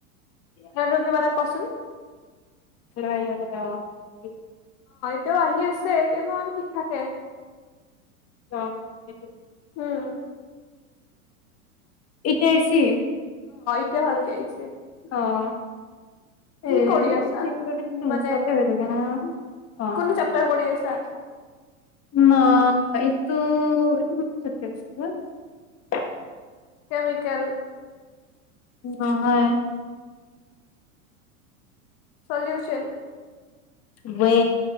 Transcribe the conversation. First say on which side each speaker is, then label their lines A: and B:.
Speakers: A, on the left; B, on the left.
A: তই এই টোত কিবা এটা ক'চোন?
B: লাহ <inaudible>
A: তেওঁ আহি আছে কেইমাহ মান ঠিক থাকে।
B: অ সেইটো।।
A: উম।
B: এতিয়া আহচি?
A: এতিয়াও ভালকে আহিছে।
B: অ' এ
A: কি কৰি আছা,
B: এইটো হিংসাতে
A: মানে?
B: হৈ থাকে না অ
A: কোনটো চেপ্টাৰ কৰি আছা?
B: ন এইটো ই মন <unintelligible>
A: কেমিকেল।।
B: অ' হয়।
A: চলিউছন।
B: বে